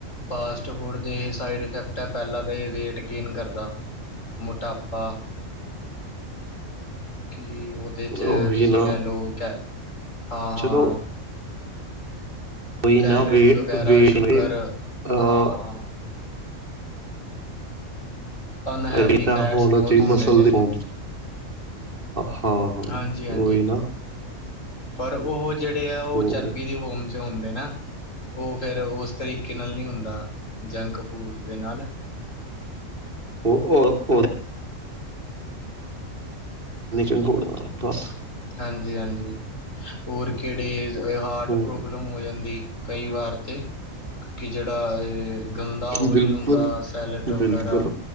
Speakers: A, on the left (about 70°); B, on the right (about 40°).
A: ਫਾਸਟ ਫੂਡ ਦੇ ਇਹ ਸਾਈਡ ਇਫੈਕਟ ਹੈ ਪਹਿਲਾਂ ਤਾਂ ਇਹ ਵੇਟ ਗੇਨ ਕਰਦਾ। ਮੋਟਾਪਾ ਕਿ ਉਹਦੇ ਚ
B: ਉਹੀ
A: ਤੁਸੀਂ
B: ਨਾ
A: ਕਹਿ ਲਓ ਹਾਂ ਹਾਂ
B: ਚਲੋ ਕੋਈ
A: ਕੈਲਰੀਜ਼
B: ਨਾ ਵੇ
A: ਵਗੈਰਾ
B: ਵੇਟ
A: ਸ਼ੂਗਰ ਹਾਂ
B: ਅਹ
A: - ਹਾਂ। ਅਨਹੈਲਦੀ
B: ਚਰਬੀ ਤਾਂ
A: ਫੈਟਸ
B: ਹੋਣਾ
A: ਬਹੁਤ
B: ਚਾਹੀਦਾ
A: ਹੁੰਦੇ
B: ਮਸਲ
A: ਨੇ
B: ਦੀ ਹਾਂ। ਹਾਂ ਹਾਂ
A: ਹਾਂਜੀ -ਹਾਂਜੀ
B: ਉਹੀ ਨਾ
A: ਪਰ ਉਹ ਜਿਹੜੇ ਆ ਉਹ
B: ਹੂੰ
A: ਚਰਬੀ ਦੀ ਬੋਂਨ ਚ ਹੁੰਦੇ ਨਾ। ਉਹ ਫਿਰ ਉਸ ਤਰੀਕੇ ਨਾਲ ਨਹੀਂ ਹੁੰਦਾ ਜੰਕ ਫੂਡ ਦੇ ਨਾਲ <inaudible>
B: ਉਹ ਉਹ <inaudible>
A: ਹਾਂਜੀ -ਹਾਂਜੀ ਹੋਰ ਕਿਹੜੇ ਹਾਰਟ
B: ਹੂੰ
A: ਪ੍ਰੋਬਲਮ ਹੋ ਜਾਂਦੀ। ਕਈ ਵਾਰ ਤੇ ਜਿਹੜਾ ਇਹ ਗੰਦਾ ਓਇਲ
B: ਬਿਲਕੁਲ
A: ਹੁੰਦਾ ਸੈਲਟ ਵਗੈਰਾ
B: ਬਿਲਕੁਲ